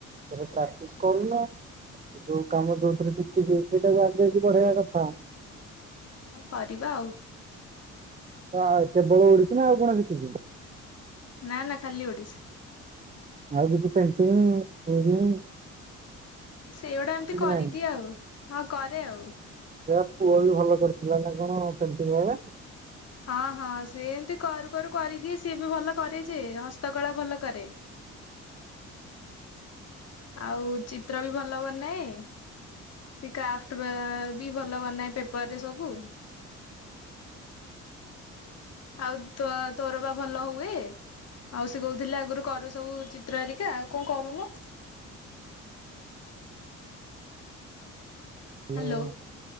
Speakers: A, on the right; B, on the left.
A: ସେ ପ୍ରାକ୍ଟିସ କରୁନୁ। ଯୋଉ କାମ ଯୋଉଥିରେ ଶିଖିଯିବେ ସେଇଟାକୁ ଆଗ ଆଗ ପଢେଇବାକୁ କଥା।
B: କରିବା ଆଉ।
A: ଆ ବୋହୁ ଓଡିଶୀ ନା ଆଉ କଣ ଶିଖିଚୁ?
B: ନାଁ ନାଁ ଖାଲି ଓଡିଶୀ।
A: ଆଉ କିଛି ପେଣ୍ଟିିଙ୍ଗି <inaudible>
B: ସେଇଗୁଡା ଏମିତି କରିଦିଏ
A: ନାହିଁ।
B: ଆଉ ହଁ କରେ ଆଉ।
A: ସେୟା ପୁଅ ବି ଭଲ କରିଥିଲା ନା କଣ ପେଣ୍ଟିଂ ଇଏରେ।
B: ହଁ ହଁ ସେ ଏମିତି କରୁ କରୁ କରିଦିଏ ସିଏ ବି ଭଲ କରେ ଯେ ହସ୍ତକଳା ଭଲ କରେ। ଆଉ ଚିତ୍ର ବି ଭଲ ବନାଏ। ସେ କ୍ରାଫ୍ଟ ବା ବି ଭଲ ବନାଏ ପେପରରେ ସବୁ। ଆଉ ତ୍ଵା ତୋର ବା ଭଲ ହୁଏ। ଆଉ ସେ କହୁଥିଲା ଆଗରୁ କରୁ ସବୁ ଚିତ୍ର ଆରିକା ଆଉ କଣ କରୁନୁ?
A: hello.
B: Hello